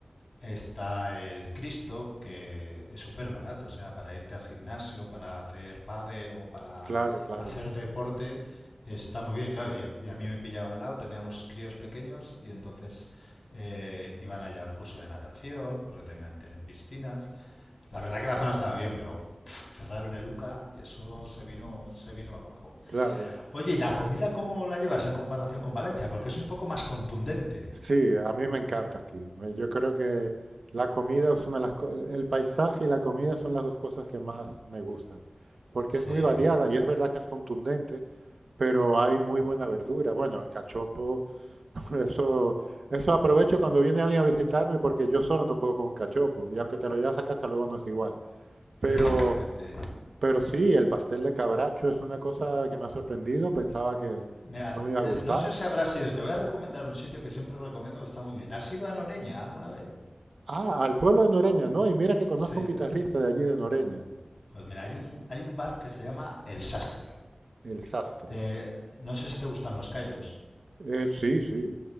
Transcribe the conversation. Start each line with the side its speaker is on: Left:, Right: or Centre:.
Left: Está el Cristo, que es súper barato, o sea, para irte al gimnasio, para hacer pádel o para
Right: claro, claro,
Left: hacer
Right: es-
Left: deporte, está muy bien. Claro, y a, y a mí me pillaba al lado, tenía los críos pequeños y entonces eh, iban allá al curso de natación, porque también tienen piscinas. La verdad que la zona estaba bien, pero pf, cerraron el UCA y eso se vino, se vino abajo.
Right: claro.
Left: Oye, ¿y la comida cómo la llevas en comparación con Valencia? Porque es un poco más contundente.
Right: Sí, a mí me encanta aquí. Me- Yo creo que la comida es una de las co- el, el paisaje y la comida son las dos cosas que más me gustan, porque
Left: Sí,
Right: es muy variada
Left: ¿no?
Right: y es verdad que es contundente, pero hay muy buena verdura. Bueno, el cachopo, <laughs> eso eso aprovecho cuando viene alguien a visitarme porque yo solo no puedo con un cachopo y aunque te lo llevas a casa luego no es igual. Pero
Left: Efectivamente.
Right: Pero sí, el pastel de cabracho es una cosa que me ha sorprendido. Pensaba que
Left: Mira,
Right: no me iba
Left: eh,
Right: a gustar.
Left: no sé si habrás ido. Te voy a recomendar un sitio que siempre recomiendo que está muy bien. ¿Has ido a Noreña alguna vez?
Right: Ah, al pueblo de Noreña, no. Y mira que conozco
Left: Sí.
Right: a un guitarrista de allí de Noreña,
Left: Pues mira, hay un, hay un bar que se llama El Sastre.
Right: el Sastre.
Left: Eh, no sé si te gustan los callos.
Right: Eh, sí, sí.